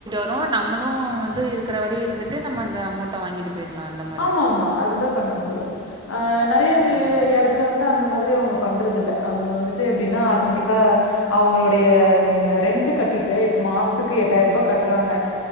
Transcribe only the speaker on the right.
யதா நம்மளு வந்து இருக்குற வரையு இருந்துட்டு நம்ம அந்த அமௌண்ட்ட வாங்கி கிட் ர்லா அந்த மார்
ஓகே
ஓகே